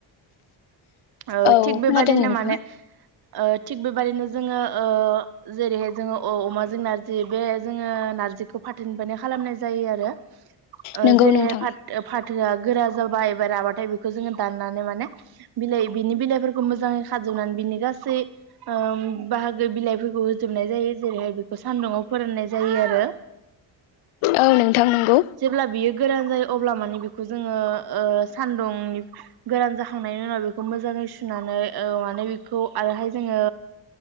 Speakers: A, on the right (about 50°); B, on the left (about 80°).
A: ओ
B: औ
A: थिग बेबादिनो
B: खोनादों नोंथां
A: माने ओ थिग बेबादिनो जोङो ओ जेरैहाय जोङो औ अमाजों नारजि बे जोङो नारजिखौ फाथोनिफ्रायान खालामनाय जायो आरो। ओ
B: नंगौ
A: जेरैहाय
B: नोंथां
A: फथ-फाथ थोआ गोरा जाबा एबा राबाथाय बेखौ जोङो दाननानै माने बिलाइ बिनि बिलाइफोरखौ मोजाङै खाजोबनानै बिनि गासै ओम बाहागो बिलाइ फोरखौ हो जोबनाय जायो जेरैहाय बेखौ सान्दुुंआव फोराननाय जायो आरो
B: औ नोंथां नंगौ
A: जेब्ला बियो गोरान जायो अब्ला माने बेखौ जोङो ओ सान्दुंनि गोरान जाखांनायनि उनाव बेख मोजाङै सुनानै ओ माने बेखौ आरोहाय जों ङो